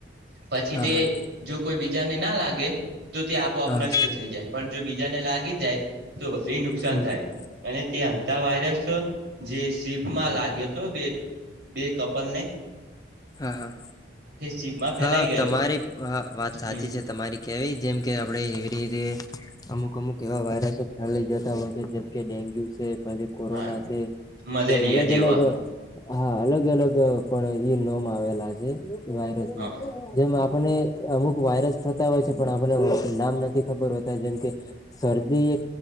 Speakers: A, on the right; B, on the left.
A: પછી
B: હા
A: તે
B: હા
A: જો કોઈ બીજાને ના લાગે તો તે આપોઆપ
B: હા
A: નષ્ટ થઈ જાય પણ જો બીજાને લાગી જાય તો એ નુકસાન
B: હા
A: થાય. અને તે અતા વાયરસ જે સીપમાં લાગ્યો હતો બે બે કપલ ને
B: હા હા
A: સીપમાં ફેલાઈ
B: હા
A: ગયો
B: તમારી હ વાત સાચી
A: હમ
B: છે તમારી કેવી જેમ કે આપડે ધરે અમુક અમુક એવા વાયરસો ફેઈ જતા હોય છે જેમ કે ડેન્ગ્યુ છે. પછી કોરોના
A: હા
B: છે
A: મલેરિયા
B: જેમ અલગ
A: જેવા
B: અલગ હા અલગ અલગ પણ એ નમ આવેલા છે એ વાયરસ
A: હા
B: ના જેમ આપને અમુક વાયરસ થતા હોય છે પણ આપને નામ નથી ખબર હોતા જેમ કે શરદી